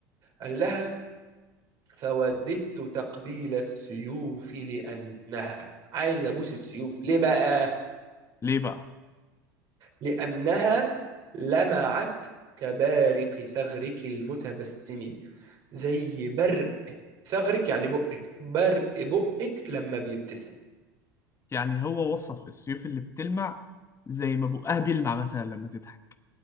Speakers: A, on the right (about 45°); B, on the left (about 30°).
A: قال لها فوددت تقبيل السيوف لانها عايز ابوس السيوف ليه بقى
B: ليه بقى
A: لانها لمعت كبارق ثغرك المتبسم زي برق ثغرك يعني بقك برق بقك لما بيبتسم
B: يعني هو وصف السيوف اللي بتلمع زي ما بقها بيلمع مثلا لما تضحك